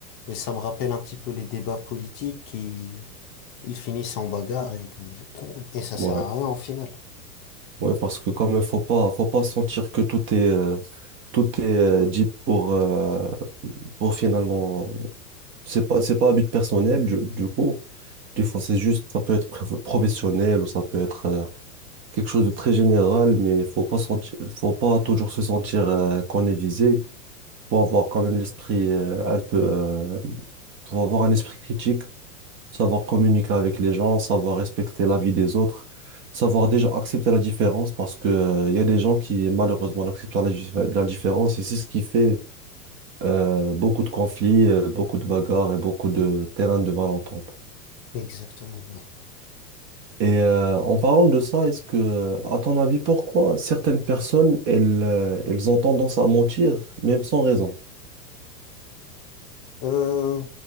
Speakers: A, on the left (about 35°); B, on the right (about 25°).
A: Et ça me rappelle un petit peu les débats politiques qui ils finissent en bagarre et que et ça sert
B: Ouais.
A: à rien au final.
B: Ouais, parce que quand même, faut pas, faut pas sentir que tout est, euh, tout est euh, dit pour, euh, pour finalement. C'est pas, c'est pas à but personnel, du, du coup. Des fois, c'est juste, ça peut être pro- professionnel ou ça peut être euh, quelque chose de très général, mais faut pas sentir, faut pas toujours se sentir euh, qu'on est visé. Faut avoir quand même l'esprit euh, un peu, euh, faut avoir un esprit critique savoir communiquer avec les gens, savoir respecter la vie des autres, savoir déjà accepter la différence parce que, euh, il y a des gens qui malheureusement n'acceptent pas la, dif- la différence et c'est ce qui fait euh, beaucoup de conflits, euh, beaucoup de bagarres et beaucoup de terrains de malentente.
A: Exactement. non.
B: Et euh, en parlant de ça, est-ce que, à ton avis, pourquoi certaines personnes, elles, euh, elles ont tendance à mentir, même sans raison?
A: Euh,